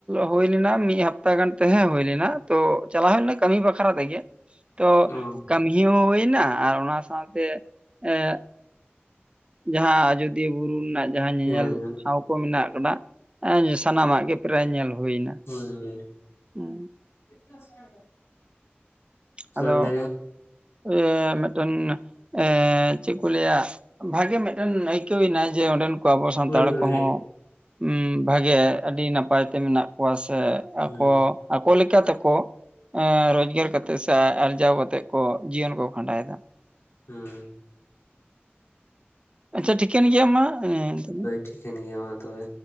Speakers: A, on the right (about 25°); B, on the left (about 80°).
A: ᱦᱳᱭ ᱞᱮᱱᱟ, ᱢᱤᱫ ᱦᱟᱯᱛᱟ ᱜᱟᱱ ᱛᱮ ᱦᱮᱸ ᱦᱳᱭ ᱞᱮᱱᱟ᱾ ᱛᱚ ᱪᱟᱞᱟᱣ ᱦᱩᱳ ᱞᱮᱱᱟ ᱠᱟᱢᱤ ᱵᱟᱠᱷᱨᱟ ᱛᱮᱜᱮ, ᱛᱚ
B: ᱚ
A: ᱠᱟᱢᱤ ᱤᱭᱟᱹ ᱦᱳᱭ ᱱᱟ, ᱟᱨ ᱚᱱᱟ ᱥᱟᱶᱛᱮ, ᱮᱸ ᱡᱟᱦᱟᱸ ᱟᱡᱚᱫᱤᱭᱟᱹ ᱵᱩᱨᱩ ᱨᱮᱱᱟᱜ, ᱡᱟᱦᱟᱸ ᱧᱮᱧᱮᱞ
B: ᱦᱮᱸ
A: ᱴᱷᱟᱶ ᱠᱚ ᱢᱮᱱᱟᱜ ᱠᱟᱫᱟ, ᱥᱟᱱᱟᱢᱟᱜ ᱜᱮ ᱯᱨᱟᱭ ᱧᱮᱞ ᱦᱳᱭᱱᱟ᱾
B: ᱦᱳᱭ, ᱦᱳᱭ,
A: ᱦᱩᱸ,
B: <inaudible> <unintelligible>
A: ᱟᱫᱚ
B: ᱛᱟᱦᱚᱞᱮ
A: ᱤᱭᱟ. ᱢᱮᱜᱴᱮᱱ, ᱮᱸ ᱪᱮᱜ ᱠᱚ ᱞᱟᱹᱭᱟ, ᱵᱷᱟᱜᱮ ᱢᱮᱜ ᱢᱮᱜᱴᱮᱱ ᱟᱹᱭᱠᱟᱹᱣ ᱱᱟᱭ ᱡᱮ, ᱚᱸᱰᱮᱱ ᱠᱚ ᱟᱵᱚ ᱥᱟᱱᱛᱟᱲ
B: ᱦᱳᱭ ᱦᱳᱭ
A: ᱠᱚᱦᱚᱸ ᱩᱢ, ᱵᱷᱟᱜᱮ ᱟᱹᱰᱤ ᱱᱟᱯᱟᱭ ᱛᱮ, ᱢᱮᱱᱟᱜ ᱠᱚᱣᱟ ᱥᱮ
B: ᱦᱮᱸ
A: ᱟᱠᱚ ᱟᱠᱚ ᱞᱮᱠᱟ ᱛᱮᱠᱚ, ᱨᱚᱡᱽᱜᱟᱨ ᱠᱟᱛᱮᱜ, ᱥᱮ ᱟᱨᱡᱟᱣ ᱠᱟᱛᱮᱜ ᱠᱚ, ᱡᱤᱭᱚᱱ ᱠᱚ ᱠᱷᱟᱸᱰᱟᱭ ᱫᱟ᱾
B: ᱦᱢ,
A: ᱟᱪᱪᱷᱟ ᱴᱷᱤᱠᱮᱱ ᱜᱮᱭᱟ ᱢᱟ, ᱦᱮ ᱛᱚᱵᱮ᱾
B: ᱴᱷᱤᱠᱮᱱ ᱜᱮᱭᱟ ᱢᱟ ᱛᱚᱵᱮ᱾